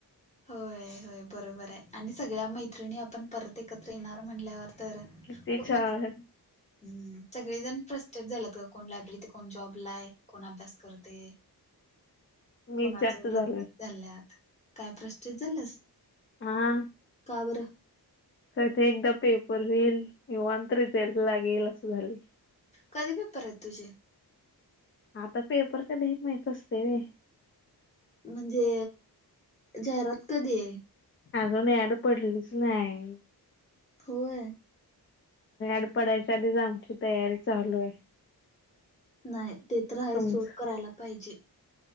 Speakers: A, on the left; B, on the left.
A: होय होय बरोबर आहे आणि सगळ्या मैत्रिणी आप आपण परत एकत्र येणार म्हणल्यावर तर
B: किती
A: खूप
B: छान
A: मजा. हम्म सगळेजण फस्टर झालं कोण लायब्ररीत कोण जॉबलाय कोण अभ्यास करते.
B: <inaudible> मीच
A: कोणाच
B: जास्त झालोय
A: लग्न झाल्यात काय प्रशित झालंस.
B: हा.
A: का बर.
B: क ते एकदा पेपर होईल कवन तर रिझल्ट लागेल असं झाले.
A: कधी पेपर आहेत तुझे
B: आता पेपर कध्या माहत असते र
A: म्हणजे जाहिरात कधी आहे
B: अजूनून याड पडलेलीच नाही
A: होय
B: ड पडायच्या आधीच आमची तयारी चालू आहे
A: नाही ते तर आहे
B: तुमच
A: सोड करायला पाहिजे